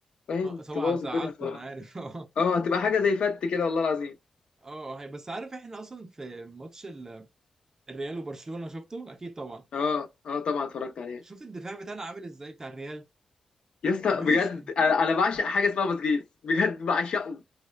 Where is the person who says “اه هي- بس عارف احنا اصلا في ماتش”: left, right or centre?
Right